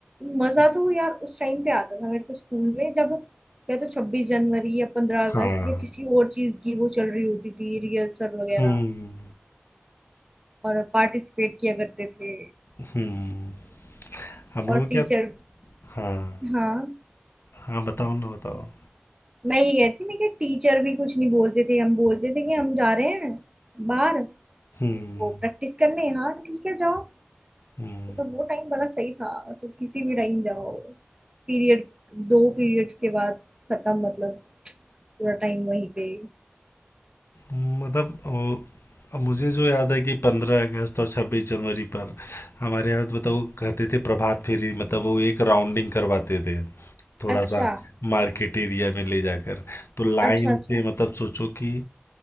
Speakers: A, on the right; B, on the left.
A: मजा तो यार उस टाइम पे आता था मेरे को स्कूल में जब या तो छब्बीस जनवरी या पंद्रह अगस्त
B: हाँ
A: या किसी और चीज की वो चल रही होती थी रिहर्सल वगैरह
B: हम्म
A: और पार्टिसिपेट किया करते थे
B: हम्म हम
A: और
B: लोग
A: टीचर
B: क्या हाँ
A: हाँ
B: हाँ बताओ ना बताओ
A: मैं ये कह रही थी मैं कि टीचर भी कुछ नहीं बोलते थे हम बोलते थे कि हम जा रहे हैं बाहर
B: हम्म
A: वो प्रैक्टिस करने हाँ ठीक है जाओ
B: हम्म
A: मतलब वो टाइम बड़ा सही था मतलब किसी भी टाइम जाओ पीरियड दो पीरियड्स के बाद खत्म मतलब पूरा टाइम वहीं पे
B: मतलब वो अब मुझे जो याद है कि पंद्रह अगस्त और छब्बीस जनवरी पर हमारे यहाँ तो मतलब वो कहते थे प्रभात फेरी मतलब वो एक राउंडिंग करवाते थे थोड़ा
A: अच्छा
B: सा मार्केट एरिया में ले जाकर तो लाइन
A: अच्छा अच्छा
B: से मतलब सोचो कि